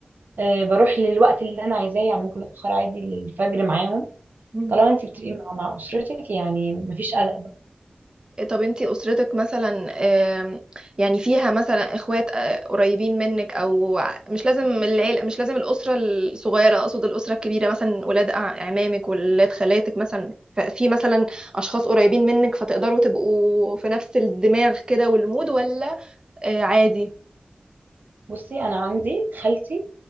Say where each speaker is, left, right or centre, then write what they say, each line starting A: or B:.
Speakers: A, on the right; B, on the right.
A: آه بروح للوقت اللي انا عايزاه يعني ممكن اتاخر عادي للفجر معاهم
B: امم
A: طالما انت بتبقي مع مع اسرتك يعني مفيش قلق بقى
B: إيه، طب انتي أسرتك مثلا آم، يعني فيها مثلا اخوات آه، قريبين منك او ع- مش لازم العيلة مش لازم الأسرة الصغيرة اقصد الأسرة الكبيرة مثلا ولاد أع- عمامك ولاد خالاتك مثلا ف- في مثلا أشخاص قريبين منك فتقدروا تبقوا في نفس الدماغ كده والمود ولا آه، عادي
A: بصي انا عندي خالتي